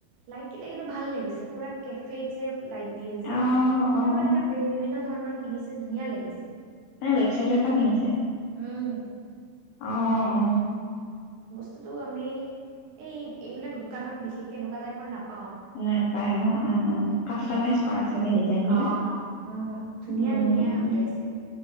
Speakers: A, on the right; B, on the left.
A: লাইট কেইটা কিন্তু ভাল লাগিছে কেফেত যে লাইট দিয়ে যে
B: অ
A: সেইকোৱা
B: অ
A: ধৰণৰ বিভিন্ন ধৰণৰ কিনিছে ধুনীয়া লাগিছে
B: তাই ৱেবছাইটৰ পৰা কিনিছে
A: উম,
B: অ অ
A: সেটো আমি এই এইবিলাক দোকানত বিশেষকে এনেকুৱা টাইপৰ নাপাওঁ
B: নাপায় অ উম উম কাষ্টমছ কৰা
A: ধুন-
B: চাগে ডিজাইন বিলাক,
A: অ', উম, ধুনীয়া
B: উম
A: ধুনীয়া ওলাইছে।